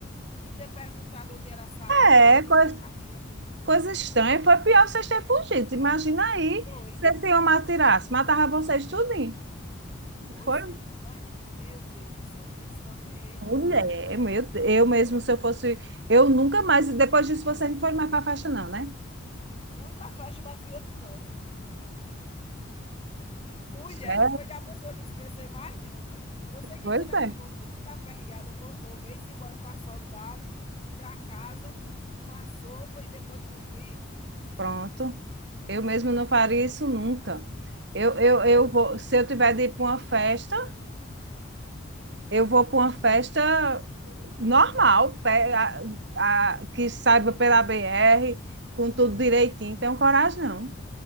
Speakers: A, on the left; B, on the right.
A: E ter perguntado onde era a saída,
B: É,
A: que a gente
B: coisa,
A: não sabia.
B: coisa estranha. Foi pior vocês terem fugido. Imagina aí
A: Foi,
B: se esse homem atirasse, matava vocês tudinho.
A: foi
B: Foi
A: sim, ma meu Deus do céu, pense em um aperreio
B: mulher,
A: grande.
B: meu, Deus. eu mesmo, se eu fosse, eu nunca mais, depois disso vocês não foram mais para festa não, né?
A: Fui para a festa, mas fui outro canto. Mulher,
B: É,
A: foi da pessoa não esquecer mais nunca. Eu sei que
B: pois
A: quando a gente
B: é.
A: voltou, tudo aperreada, voltou, veio-se embora para a Soledade, para casa, tomar sopa e depois dormir.
B: Pronto. Eu mesmo não faria isso nunca. Eu, eu,
A: Eita,
B: eu vou, se eu tiver de ir para uma festa, Eu vou para uma festa normal, pe- a- a- que saiba pela BR, com tudo direitinho. Tenho coragem, não.